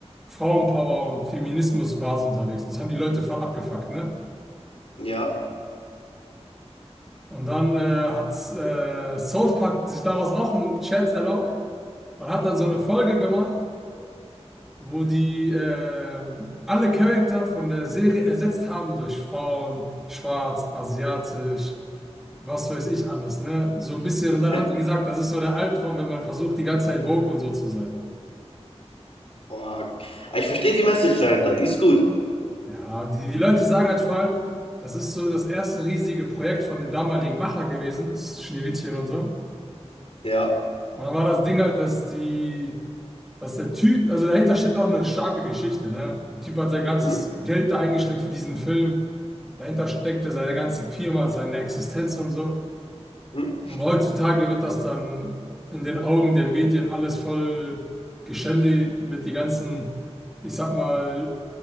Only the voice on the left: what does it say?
Ja.
Okay.
Oh, ich verstehe die Message dahinter. Die ist gut.
Ja.
Mhm.
Mhm.